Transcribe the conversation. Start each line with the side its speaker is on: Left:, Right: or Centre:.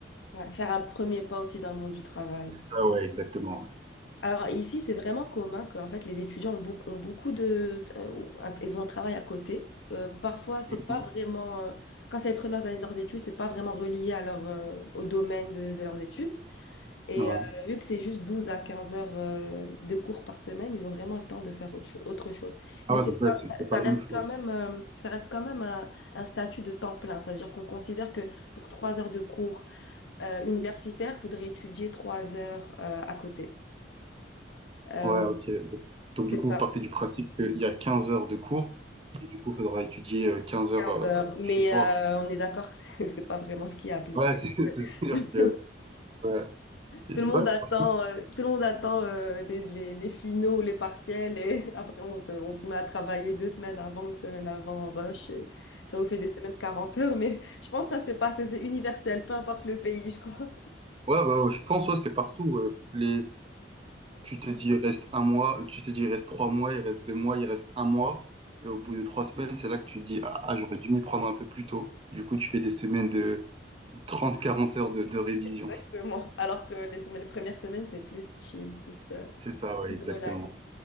Left: Ouais, faire un premier pas aussi dans le monde du travail. et tout.
Right: Ah ouais, exactement. ouais.
Left: Alors, ici, c'est vraiment commun que en fait, les étudiants ont beaucoup, ont beaucoup de. euh, ils ont un travail à côté. Euh, parfois, c'est
Right: Mhm.
Left: pas vraiment. euh, quand c'est les premières années de leurs études, c'est pas vraiment relié à leur, euh, au domaine de, de leurs études. Et
Right: Ouais.
Left: euh, vu que c'est juste 12 à 15 heures euh, de cours par semaine, ils ont vraiment le temps de faire autre, cho- autre chose.
Right: Ah
Left: Mais
Right: ouais,
Left: c'est,
Right: donc ouais,
Left: quand-
Right: c'est
Left: ça,
Right: c'est pas
Left: ça
Right: la
Left: reste
Right: même chose.
Left: quand même, euh, ça reste quand même un, un statut de temps plein. Ça veut dire qu'on considère que pour 3 heures de cours euh, universitaires, il faudrait étudier 3 heures euh, à côté. Euh,
Right: Ouais, ok. Donc, donc
Left: c'est
Right: du coup,
Left: ça,
Right: vous partez du principe qu'il y a 15 heures de cours et du coup, il faudra étudier euh, 15 heures
Left: 15
Right: euh,
Left: heures. Mais
Right: chez soi
Left: euh, on est d'accord que c'est <laughs> c'est pas vraiment ce qui est appliqué.
Right: Ouais, c'est <laughs> c'est sûr
Left: <laughs>
Right: que ouais, Et
Left: Tout
Right: tu-
Left: le monde
Right: ouais,
Left: attend,
Right: franchement, c'est-
Left: euh, tout le monde attend euh, les, les, les finaux, les partiels et <laughs> après on se, on se met à travailler deux semaines avant, une semaine avant en rush et ça vous fait des semaines de quarante heures mais je pense que ça c'est pas, c'est c'est universel, peu importe le pays je crois.
Right: ouais, bah, ouais, je pense ouais, c'est partout. ouais. Les, tu te dis il reste un mois, tu te dis il reste trois mois, il reste deux mois, il reste un mois. Et au bout de trois semaines, c'est là que tu te dis ah, ah, j'aurais dû m'y prendre un peu plus tôt. Du coup, tu fais des semaines de, de 30-40 heures de, de révision.
Left: <laughs> Exactement. Alors que les, semaines- les premières semaines c'est plus chill, plus, euh,
Right: C'est ça, ouais,
Left: plus
Right: exactement.
Left: relax.